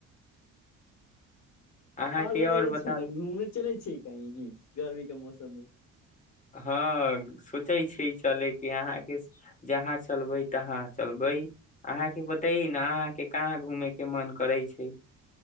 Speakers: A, on the left (about 20°); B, on the left (about 50°).
A: अहाँके
B: आओर बतैयै
A: और बताउ
B: छियै न घूमने चलै छियै कहीं गर्मी के मौसममे
A: हँ सोचै छियै चलेके अहाँके जहाँ चलबै तहाँ चलबै अहाँके बतयै न अहाँके कहाँ घूमयके मन करै छै